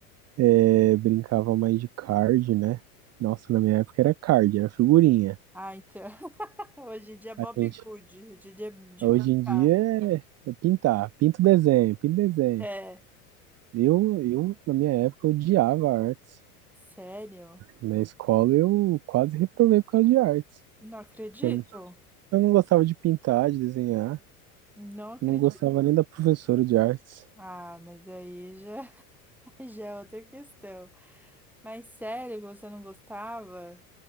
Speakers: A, on the right; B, in the centre.
A: é, brincava mais de card, né? Nossa, na minha época era card, era figurinha.
B: Ah, então. Hoje em dia é Bob
A: A gente,
B: Good, hoje em dia é de
A: hoje
B: pintar.
A: em dia é, é pintar, pinta o desenho, pinta o desenho.
B: É,
A: Eu, eu, na minha época, odiava artes.
B: sério?
A: Na escola eu quase reprovei por causa de artes.
B: Não acredito.
A: porque Eu eu não gostava de pintar, de desenhar.
B: Não acredito.
A: Não gostava nem da professora de artes.
B: Ah, mas aí já, <laughs> já é outra questão. Mas sério, você não gostava?